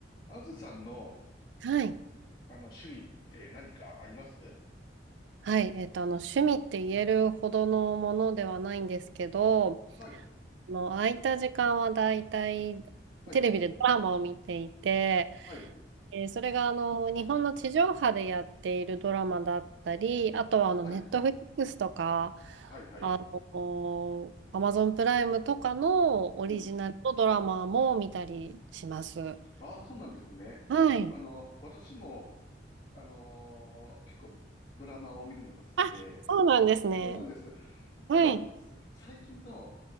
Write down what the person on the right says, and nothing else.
はい。
はい。えっと、あの、趣味って言えるほどのものではないんですけど、
あの、空いた時間はだいたいテレビでドラマを見ていて、
えーそれがあの、日本の地上波でやっているドラマだったり、あとはあの、
ネットフリックスとか、
あの、アマゾンプライムとかのオリジナルのドラマも見たりします。
はい。
あ、そうなんですね。
はい。